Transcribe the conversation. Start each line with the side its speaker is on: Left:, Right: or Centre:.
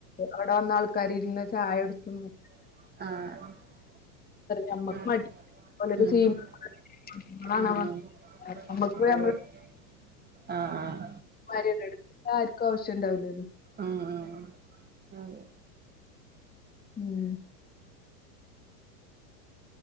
Left: ഇവിടെ വന്ന് ആൾക്കാര് ഇരുന്ന് ചായ കുടിക്കുമ്പോ?
Right: ആഹ്ആഹ് ഉം
Left: ഞമ്മക്ക് മടി
Right: ഉം
Left: ഓലൊക്കെ ചെയ്യുമ്പോ
Right: ഉംഅതെ
Left: നമ്മളാണോ
Right: ആഹ്
Left: വന്നേ നമ്മക്ക്
Right: ആഹ്
Left: മരംണ്ട് എടുത്ത് ഇബ്ടെആർക്കുംഇണ്ടാവശ്യം ഉണ്ടാവില്ലല്ലോ?
Right: ഉം. ഉം. ആഹ് അതെ
Left: ഉം